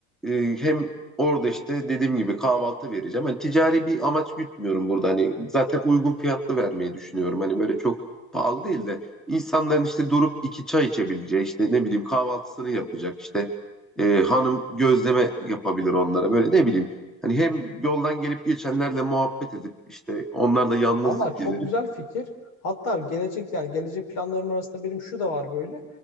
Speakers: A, in the centre; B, on the left.
A: e, hem orada işte dediğim gibi kahvaltı vereceğim. Hani ticari bir amaç gütmüyorum burada. Hani zaten uygun fiyatlı vermeyi düşünüyorum. Hani böyle çok pahalı değil de insanların işte durup iki çay içebileceği işte ne bileyim kahvaltısını yapacak işte e, hanım gözleme yapabilir onlara böyle ne bileyim. Hani hem yoldan gelip geçenlerle muhabbet edip işte onlarla yalnızlık
B: Valla çok
A: giderip.
B: güzel fikir. Hatta gelecek yani gelecek planlarım arasında benim şu da var böyle.